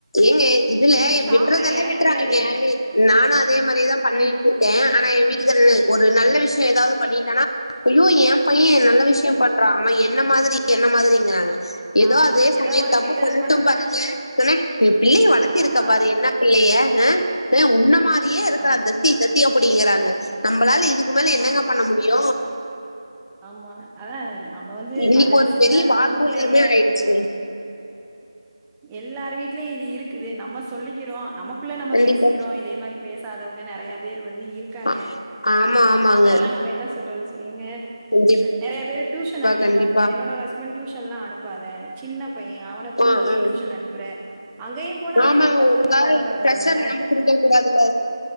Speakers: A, on the left (about 60°); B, in the centre.
A: ஏங்க இதுல
B: "நீ சாப்புடு
A: விட்றதெல்லா
B: எனக்கு
A: விட்டுறானுங்க
B: தெரியாது."
A: நானு அதே மாரிதா பண்ணிட்டு
B: அ
A: இருக்கே ஆனா என் வீட்டுக்கார ஒரு நல்ல விஷயோ ஏதாவது பண்ணிட்டனா ஐயோ ஏ பையே நல்ல
B: ம்
A: விஷயோ பண்றா அவே என்ன மாதிரி என்ன மாதிரிங்றாங்க ஏதோ
B: ஆமா
A: அதே
B: எதா
A: சமயோ
B: ஒரு
A: தப்பு
B: கெட்டது
A: பண்ணட்டு
B: படவிட
A: பாருங்க சொன்ன பிள்ளைய வளத்திருக்க
B: ஆமா
A: பாரு என்னா பிள்ளைய அ உன்ன மாரியே இருக்கா
B: ஆமா
A: தத்தி தத்தி அப் அப்படிங்றாங்க நம்பளால இதுக்கு மேல என்னங்க
B: ஆமா
A: பண்ண முடியு
B: ஆமா அதா நம்ம வந்து
A: இன்னைக்கு
B: நல்லது
A: ஒரு
B: செஞ்சா
A: பெரிய
B: அது
A: வாக்குவாதமே
B: அவுங்க பிள்ளங்க
A: ஆயிடுச்சுங்க.
B: எல்லார் வீட்லயு இது இருக்குது நம்ம சொல்லிக்கிறோ நம்ம குள்ள நம்ம
A: கண்டிப்பா.
B: பேசிக்கிறோ இதே மாரி பேசாதவங்க நெறய பேரு வந்து இருக்காங்க
A: ஆ ஆமா, ஆமாங்க.
B: அவங்களல்லா நம் என்ன சொல்றது சொல்லுங்க
A: கண்டிப்பா,
B: நெறய பேரு டியூஷன் அனுப்பிறாங்க
A: கண்டிப்பா.
B: என்னோட ஹஸ்பண்ட் டியூஷ் ல்லா அனுப்பாத சின்ன பையே அவன போய்
A: ஆ,
B: நீ ஏ
A: ஆ.
B: டியூஷன் அனுப்புற அங்கயு போனா அவே
A: ஆமாங்க.
B: ஒரு பத்தோட
A: கால்
B: பதினோராவது
A: ப்ரெஷர்
B: ஆளு தானே
A: நம்ம குடுக்க கூடாதுல்ல.